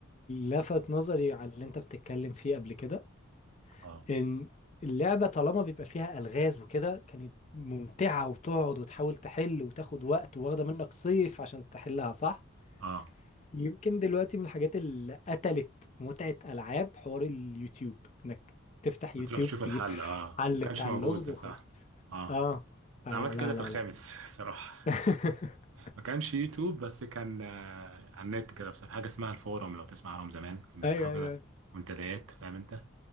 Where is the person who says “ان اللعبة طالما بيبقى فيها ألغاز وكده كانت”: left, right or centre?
Left